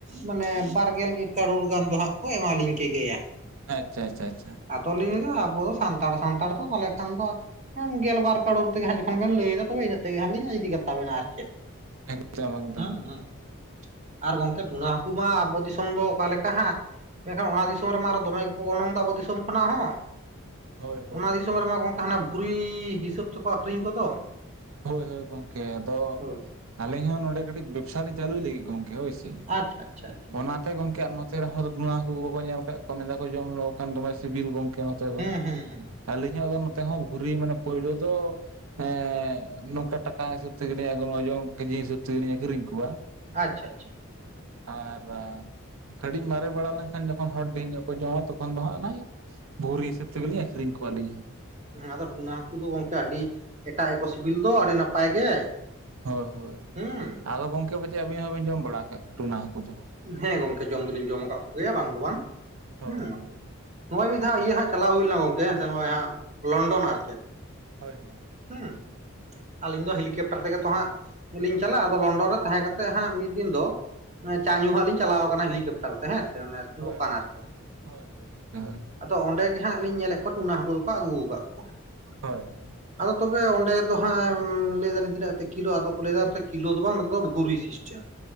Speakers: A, on the right (about 35°); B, on the right (about 80°).
A: ᱢᱟᱱᱮ ᱵᱟᱨᱜᱮᱞ ᱠᱟᱨᱳᱲ ᱜᱟᱱ ᱫᱚ ᱦᱟᱸᱜ ᱠᱚ ᱮᱢᱟᱞᱤᱧ ᱠᱮᱜᱮᱭᱟ,
B: ᱟᱪᱪᱷᱟ ᱟᱪᱷᱟ ᱟᱪᱪᱷᱟ
A: ᱟᱫᱚ ᱞᱤᱧ ᱞᱟᱹᱭ ᱫᱟ ᱟᱵᱚ ᱥᱟᱱᱛᱟᱲ ᱥᱟᱱᱛᱟᱲ ᱛᱚ ᱛᱟᱦᱚᱞᱮ ᱠᱷᱟᱱ ᱫᱚ ᱜᱮᱞᱵᱟᱨ ᱠᱟᱨᱚᱨ ᱛᱮᱜᱮ ᱡᱚᱠᱷᱚᱱ ᱵᱮᱱ ᱞᱟᱹᱭᱫᱟ ᱛᱚᱵᱮ ᱤᱱᱟᱹᱜ ᱛᱮᱜᱮ ᱦᱟᱜ ᱞᱤᱧ ᱤᱫᱤ ᱠᱟᱛᱟ ᱵᱮᱱᱟ ᱟᱨ ᱪᱮᱫ,
B: ᱮᱠᱫᱚᱢ ᱮᱠᱫᱚᱢ
A: ᱦᱮᱸ ᱦᱮᱸ ᱟᱨ ᱜᱚᱝᱠᱮ ᱴᱩᱱᱟ ᱦᱟᱹᱠᱩ ᱢᱟ ᱟᱵᱚ ᱫᱤᱥᱚᱢ ᱫᱚ ᱚᱠᱟᱮ ᱞᱮᱠᱟ ᱦᱟᱸᱜ ᱢᱮᱱᱠᱷᱟᱱ ᱚᱱᱟ ᱫᱤᱥᱚᱢ ᱨᱮᱢᱟ ᱟᱨ ᱫᱚᱢᱮ ᱜᱮᱠᱚ ᱜᱚᱱᱚᱝᱫᱚ ᱟᱵᱚ ᱫᱤᱥᱚᱢ ᱠᱷᱚᱱᱟᱜ ᱦᱚᱸ
B: ᱦᱳᱭ ᱦᱳᱭ
A: ᱚᱱᱟ ᱫᱤᱥᱚᱢ
B: ᱦᱳᱭ
A: ᱨᱮᱢᱟ ᱜᱚᱝᱠᱮ ᱠᱟ ᱦᱟᱱᱟ ᱵᱷᱩᱨᱤ ᱦᱤᱥᱟᱹᱵ ᱛᱮᱠᱚ ᱟᱠᱷᱨᱤᱧ ᱠᱚᱫᱚ,
B: ᱦᱳᱭ ᱦᱳᱭ ᱜᱚᱝᱠᱮ ᱟᱫᱚ
A: ᱦᱳᱭ᱾
B: ᱟᱹᱞᱤᱧ ᱦᱚᱸ ᱱᱚᱰᱮ ᱠᱟᱹᱴᱤᱡ ᱵᱮᱵᱽᱥᱟ ᱞᱤᱧ ᱪᱟᱹᱞᱩᱭ ᱞᱟᱹᱜᱤᱫ ᱜᱚᱝᱠᱮ ᱦᱳᱭ ᱥᱮ
A: ᱟᱪᱪᱷᱟ ᱟᱪᱪᱷᱟ ᱟᱪᱪᱷᱟ
B: ᱚᱱᱟ ᱱᱚᱛᱮ ᱜᱚᱝᱠᱮ ᱟᱨ ᱱᱚᱛᱮ ᱨᱮᱦᱚᱸ ᱛᱷᱩᱛᱢᱟ. ᱦᱟᱠᱩ ᱵᱟᱠᱚ ᱧᱮᱞ ᱟᱠᱟᱫ ᱠᱚᱣᱟ ᱢᱮᱱᱮᱫᱟ ᱠᱚ ᱡᱚᱢ ᱞᱮᱠᱚ ᱠᱟᱱ ᱫᱚᱢᱮ ᱥᱤᱵᱤᱞ ᱜᱚᱝᱠᱮ, ᱠᱮ ᱱᱚᱛᱮ ᱫᱚ
A: ᱦᱮᱸ ᱦᱮᱸ ᱦᱮᱸ
B: ᱟᱹᱞᱤᱧ ᱦᱚ ᱱᱚᱛᱮ ᱦᱚᱸ ᱵᱷᱚᱨᱤ ᱢᱟᱱᱮ ᱯᱳᱭᱞᱳ ᱫᱚ ᱮ, ᱱᱚᱝᱠᱟ ᱴᱟᱠᱟ ᱦᱤᱥᱟᱹᱵ ᱛᱮᱜᱮᱞᱤᱧ ᱳᱡᱳᱱ ᱠᱮᱡᱤ ᱦᱤᱥᱟᱹᱵ ᱛᱮᱜᱮᱞᱤᱧ ᱟᱠᱷᱨᱤᱧ ᱠᱚᱣᱟ,
A: ᱟᱪᱪᱷᱟ ᱟᱪᱪᱷᱟ
B: ᱟᱨ ᱠᱟᱹᱴᱤᱡ ᱢᱟᱨᱮ ᱵᱟᱲᱟ ᱞᱮᱱᱠᱷᱟᱱ ᱡᱚᱠᱷᱚᱱ ᱦᱚᱲ ᱰᱷᱮᱨ ᱧᱚᱜ ᱠᱚ ᱡᱚᱢᱟ ᱛᱚᱠᱷᱚᱱ ᱫᱚ ᱦᱟᱸᱜ, ᱵᱷᱩᱨᱤ ᱦᱤᱥᱟᱹᱵᱽ ᱛᱮᱜᱮᱞᱤᱧ ᱟᱹᱠᱷᱨᱤᱧ ᱠᱚᱣᱟ ᱟᱞᱤᱧ ᱦᱚᱸ᱾
A: ᱦᱮᱸ ᱟᱫᱚ ᱴᱩᱱᱟ ᱦᱟᱹᱠᱩ ᱫᱚ ᱜᱚᱢᱠᱮ ᱟᱹᱰᱤ ᱮᱴᱟᱜ ᱜᱮᱠᱚ ᱥᱤᱵᱤᱞ ᱫᱚ, ᱟᱹᱰᱤ ᱱᱟᱯᱟᱭ ᱜᱮ᱾
B: ᱦᱳᱭ ᱦᱳᱭ,
A: ᱦᱩᱸ
B: ᱟᱫᱚ ᱜᱚᱢᱠᱮ ᱯᱟᱪᱮᱜ ᱟᱹᱵᱤᱱ ᱦᱚᱸᱵᱤᱱ ᱡᱚᱢ ᱵᱟᱲᱟ ᱠᱟᱜ ᱴᱩᱱᱟ ᱦᱟᱹᱠᱩ ᱫᱚ?
A: ᱦᱮᱸ ᱜᱚᱢᱠᱮ ᱡᱚᱢ ᱫᱚᱞᱤᱧ ᱡᱚᱢᱼᱟᱠᱟᱜ ᱠᱚᱜᱮᱭᱟ ᱵᱟᱝ ᱫᱚ ᱵᱟᱝ
B: ᱦᱳᱭ
A: ᱦᱮᱸ᱾
B: ᱦᱳᱭ
A: ᱱᱚᱜᱼᱚᱭ ᱢᱤᱫ ᱫᱷᱟᱣ ᱤᱭᱟᱹ ᱦᱟᱸᱜ ᱪᱟᱞᱟᱣ ᱦᱩᱭ ᱞᱮᱱᱟ ᱜᱚᱢᱠᱮ ᱦᱮᱸᱥᱮ ᱱᱚᱜᱼᱚᱭ ᱦᱟᱸᱜ, ᱞᱚᱱᱰᱚᱱ ᱟᱨ ᱪᱮᱫ?
B: ᱦᱳᱭᱼᱦᱳᱭ᱾
A: ᱦᱩᱸ᱾ ᱟᱹᱞᱤᱧ ᱫᱚ ᱦᱮᱞᱤᱠᱮᱯᱴᱟᱨ ᱛᱮᱜᱮ ᱛᱚ ᱦᱟᱸᱜ, ᱞᱤᱧ ᱪᱟᱞᱟᱜᱼᱟ ᱟᱫᱚ ᱞᱚᱱᱰᱚᱱ ᱨᱮ ᱛᱟᱦᱮᱸ ᱠᱟᱛᱮᱜ ᱦᱟᱸᱜ ᱢᱤᱫ ᱫᱤᱱ ᱫᱚ ᱚᱱᱮ ᱪᱟ ᱧᱩ ᱦᱟᱸᱜ ᱞᱤᱧ ᱪᱟᱞᱟᱣ ᱠᱟᱱᱟ ᱦᱮᱞᱤᱠᱮᱯᱴᱟᱨ ᱛᱮ, ᱦᱮᱸᱥᱮ ᱚᱱᱮ
B: ᱦᱳᱭ
A: ᱫᱚᱠᱟᱱ
B: ᱦᱳᱭ
A: ᱟᱨ ᱪᱮᱫ?
B: ᱦᱳᱭ ᱦᱳᱭ ᱜᱚᱝᱠᱮ ᱦᱳᱭ
A: ᱟᱫᱚ ᱚᱸᱰᱮ ᱜᱮ ᱦᱟᱸᱜ ᱞᱤᱧ ᱧᱮᱞᱮᱜ ᱠᱚᱣᱟ ᱴᱩᱱᱟ ᱦᱟᱹᱠᱩ ᱫᱚᱠᱚ ᱟᱹᱜᱩ ᱠᱟᱜ ᱠᱚᱣᱟ᱾
B: ᱦᱳᱭ ᱦᱳᱭ᱾
A: ᱟᱫᱚ ᱛᱚᱵᱮ ᱚᱸᱰᱮ ᱫᱚ ᱦᱟᱸᱜ ᱞᱟᱹᱭ ᱫᱟᱹᱞᱤᱧ ᱛᱤᱱᱟᱹᱜ‌ ᱟᱛᱮ ᱠᱤᱞᱳ? ᱟᱫᱚ ᱠᱚ ᱞᱮᱭᱼᱫᱟ ᱱᱚᱛᱮ ᱠᱤᱞᱳ ᱫᱚ ᱵᱟᱝ ᱱᱚᱛᱮ ᱫᱚ ᱵᱷᱩᱨ ᱥᱤᱥ ᱪᱟ